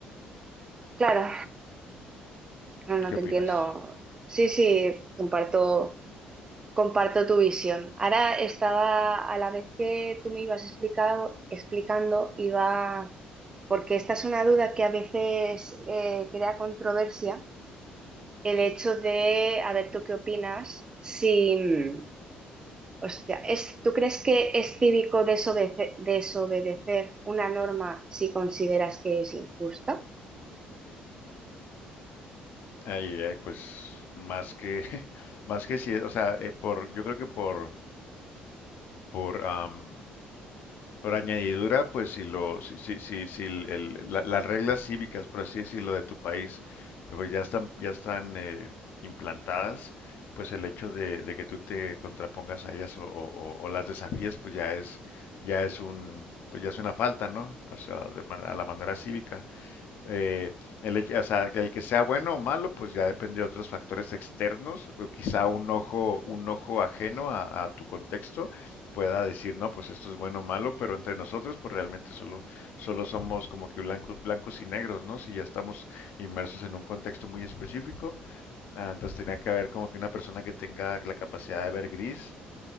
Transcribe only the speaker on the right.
Claro, no, no
te
entiendo. Sí, sí, comparto Comparto tu visión. Ahora estaba, a la vez que tú me ibas explicado, explicando, iba, porque esta es una duda que a veces eh, crea controversia, el hecho de, a ver, ¿tú qué opinas? Si, mm, hostia, es, ¿tú crees que es cívico desobede- desobedecer una norma si consideras que es injusta?